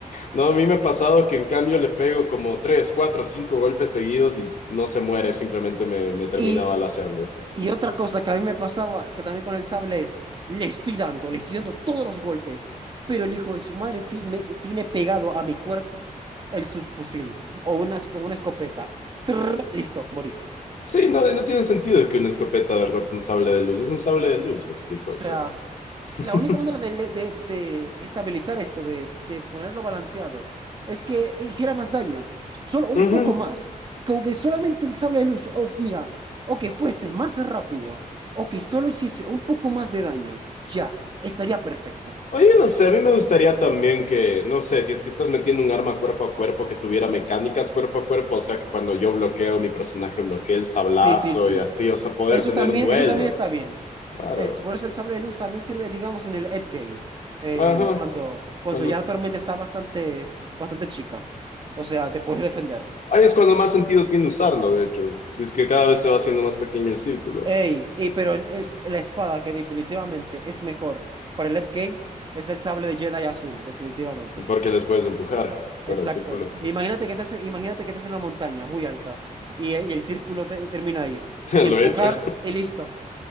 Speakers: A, on the left; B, on the right.
A: No, a mí me ha pasado que en cambio le pego como tres, cuatro, cinco golpes seguidos y no se muere, simplemente me, me termina
B: Y,
A: balaceando.
B: y otra cosa que a mí me pasaba, que también con el sable es, le estoy dando, le estoy dando todos los golpes. Pero el hijo de su madre ti- me, tiene pegado a mi cuerpo el subfusil o una, o una escopeta. Trrr, listo, morí.
A: Sí, no, no tiene sentido que una escopeta derrote un sable de luz. Es un sable de luz, me explico.
B: O sea,
A: O sea. <laughs>
B: la única manera de, le- de- de estabilizar esto, de, de ponerlo balanceado, es que hiciera más daño, solo un
A: Ujú.
B: poco más. Como que solamente el sable de luz, o mira, o que fuese más rápido, o que solo hiciese un poco más de daño, ya, estaría perfecto.
A: Oye, no sé, a mí me gustaría también que, no sé, si es que estás metiendo un arma cuerpo a cuerpo que tuviera mecánicas cuerpo a cuerpo, o sea, que cuando yo bloqueo, mi personaje bloquee el sablazo
B: Sí, sí, sí.
A: y así, o sea, poder
B: Eso
A: tener
B: también,
A: un duelo.
B: eso también está bien.
A: Claro.
B: El- por eso el sable de luz también sirve, digamos, en el endgame, en
A: Ajá.
B: cuando, cuando
A: Bueno,
B: ya la tormenta está bastante, bastante chica. O sea, te puedes defender.
A: ahí es cuando más sentido tiene usarlo, de hecho. Si es que cada vez se va haciendo más pequeño el círculo,
B: Ey, y pero el- el- la espada que definitivamente es mejor para el endgame es el sable de Jedi azul, definitivamente.
A: porque les puedes empujar fuera
B: Exacto.
A: del círculo.
B: Imagínate que estás, imagínate que estás en una montaña muy alta y, el y el círculo te- termina ahí.
A: <laughs>
B: Empujar
A: Lo he hecho.
B: y listo.